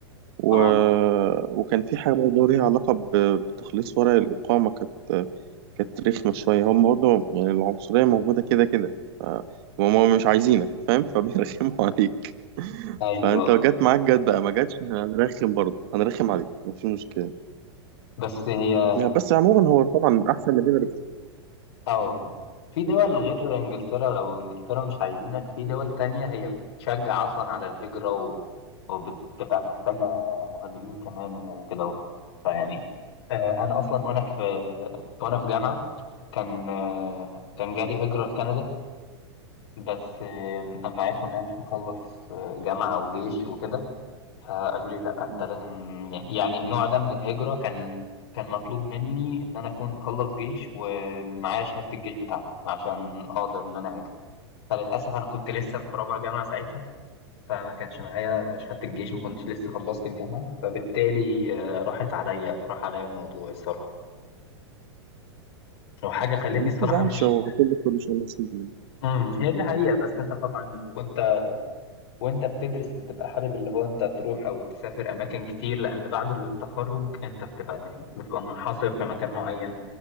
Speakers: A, on the right (about 60°); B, on the left (about 65°).
A: و...
B: آه
A: وكان في حاجة برضه ليها علاقة ب... بتخليص ورق الإقامة كانت كانت رخمة شوية هم برضه يعني العنصرية موجودة كده كده ف... هم مش عايزينك فاهم فبيرخموا <laughs> عليك
B: أيوه
A: فانت لو جت معاك جت بقى ما جاتش هنرخم برضه هنرخم عليك مفيش مشكلة
B: بس هي
A: يعني بس عموما هو طبعا أحسن من هنا
B: أو في دول غير إنجلترا لو إنجلترا مش عايزينك في دول تانية هي بتشجع أصلا على الهجرة و... وبتبقى محتاجة مهاجرين كمان وكده أهو. فيعني آه، أنا أصلا وأنا في وأنا في جامعة كان آه، كان جالي هجرة لكندا بس آه، أما عرفوا إن أنا مش مخلص آه، جامعة وجيش وكده فقالوا لي لا انت
A: بكتير
B: لازم يعني النوع ده من الهجرة كان كان مطلوب مني ان انا اكون مخلص جيش ومعايا شهادة الجيش بتاعتي عشان اقدر ان انا هاجر فللاسف انا كنت لسه في رابعة جامعة ساعتها فما كانش معايا شهادة الجيش ما كنتش لسه خلصت الجامعة فبالتالي آه، راحت عليا وراح عليا الموضوع الصراحة وحاجة خلتني
A: لا ما
B: الصراحة
A: تزعلش
B: مش
A: هو كل كل شيء نصيب يعني.
B: امم هي دي حقيقة بس انت طبعا وانت وانت بتدرس بتبقى حابب اللي هو انت تروح او تسافر اماكن كتير لان بعد التخرج انت بتبقى يعني بتبقى منحصر في مكان معين